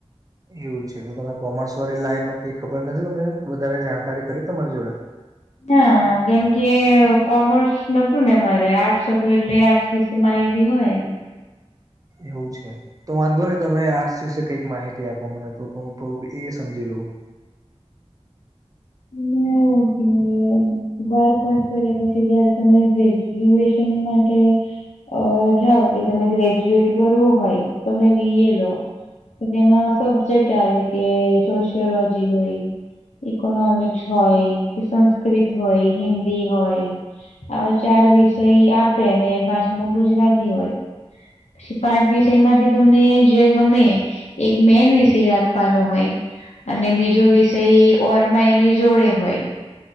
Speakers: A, on the right; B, on the left.
A: એવું છે તો તમે કોમર્સ વાળી લાઈન નું કઈ ખબર નથી તમને વધારે જાણકારી ખરી તમારી જોડે.
B: ના કેમ કે કોમર્સ નતું ને મારે આર્ટસ હતું એટલે આર્ટસ વિશે માહિતી હોય.
A: એવું છે. તો વાંધો નઈ તમે આર્ટસ વિશે કઈક માહિતી આપો મને તો હું થોડુંક એ સમજી લઉં.
B: <unintelligible> બાર પાસ કર્યા પછી જયારે તમે ગ્રેજ્યુએશન માટે અ જાઓ કે તમે ગ્રેજ્યુએટ કરવું હોય તમે બી એ લો તો તેમાં સબ્જેક્ટ આવે કે સોશિયોલોજી હોય. ઇકોનોમિક્સ હોય કે સંસ્કૃત હોય હિન્દી હોય આ ચાર વિષય આપે ને પાંચમો ગુજરાતી હોય. પછી પાંચ વિષય માંથી તમને જે ગમે એક મેન વિષય રાખવાનો હોય. અને બીજો વિષય ઓરમા એની જોડે હોય.